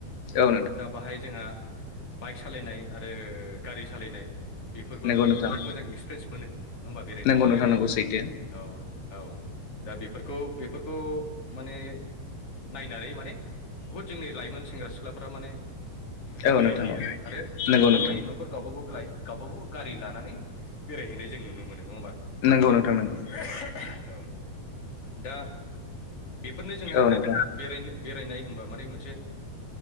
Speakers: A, on the left; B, on the left.
A: औ
B: दा बाहाय जोंहा बाइक सालायनाय आरो गारि सालायनाय बेफोरबो
A: नंगौ नोंथां
B: बिराद मोजां एक्सपिरियेन्स मोनो नङा होमबा बेरायनायाव
A: नंगौ नोंथां नंगौ सैथो
B: औ औ दा बेफोरखौ बे बेफोरखौ माने नायनानै माने बुहुद जोंनि लाइमोन सेंग्रा सिख्ला सिख्लाफोरा माने
A: औ
B: बेरायहैयो
A: नोंथां औ
B: आरो आरो
A: नंगौ
B: न'खर
A: नोंथां
B: लायो न'खर गावब गाव गावबा गाव गारि लानानै बेरायहैनाय जों नुनो मोन नङा होमबा
A: नंगौ नोंथांनांगौ
B: औ दा बेफोरनो जोंहा
A: औ नोंथां
B: बेरायनो बेरायनाय होनबा माने मोनसे